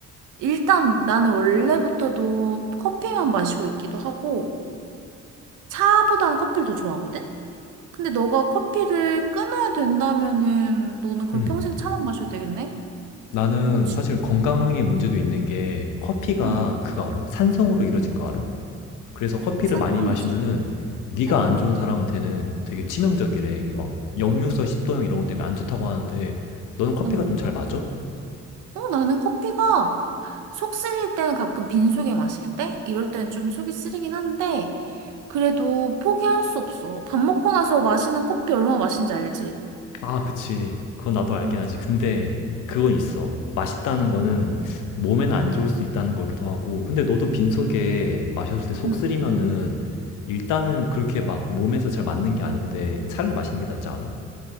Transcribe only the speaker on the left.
음.
나는
사실 건강에 문제도 있는 게 커피가
그거 알아? 산성으로 이루어진 거 알아? 그래서 커피를
많이 마시면은 위가
안 좋은 사람한테는 되게 치명적이래. 이게 막 역류성 식도염 이런 것 때문에 안 좋다고 하는데 너는 커피가
좀 잘 맞아?
아, 그치. 그건 나도 알긴
하지. 근데 그건 있어. 맛있다는 거는 몸에는 안 좋을 수 있다는 거기도 하고. 근데 너도 빈속에 마셨을 때 속
쓰리면은 일단은 그렇게 막 몸에서 잘 맞는 게 아닌데 차를 마시는 게 낫지 않아?